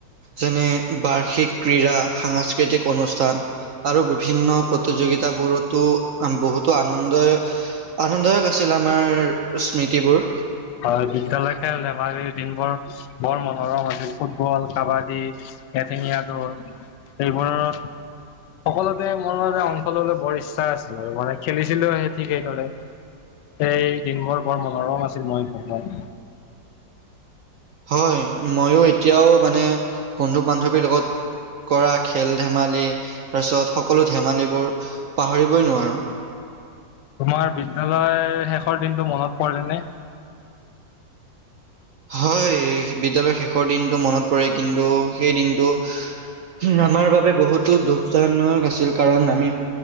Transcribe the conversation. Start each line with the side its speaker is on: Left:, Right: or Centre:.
Right: যেনে বাৰ্ষিক ক্ৰীড়া সাংস্কৃতিক অনুষ্ঠান। আৰু বিভিন্ন প্ৰতিযোগিতা বোৰটো। আম বহুতো আনন্দয় আনন্দয় গৈছিল আমাৰ স্মৃতিবোৰ।
Left: হয় বিদ্যালয় খেল ধেমালিৰ দিনবোৰ। বৰ মনোৰম আছিল ফুটবল, কাবাডী, এঠেঙীয়া, দৌৰ। এইবোৰৰ। সকলোতে মোৰ অংশ লবলৈ বৰ ইচ্ছা আছিল আৰু মানে খেলিছিলোঁ সেই ঠিক সেইদৰে। সেই দিনবোৰ বৰ মনোৰম আছিল মই জনাত।
Right: হয় ময়ো এতিয়াও মানে বন্ধু বান্ধৱীৰ লগত। কৰা খেল ধেমালি তাৰপিছত সকলো ধেমালিবোৰ পাহৰিবই নোৱাৰোঁ।
Left: তোমাৰ বিদ্যালয়ৰ শেষৰ দিনটো মনত পৰে নে।
Right: হয় বিদ্যালয়ৰ শেষৰ দিনটো মনত পৰে কিন্তু সেই দিনটো। উহ আমাৰ বাবে বহুতো দুখজনক আছিল কাৰণ আমি।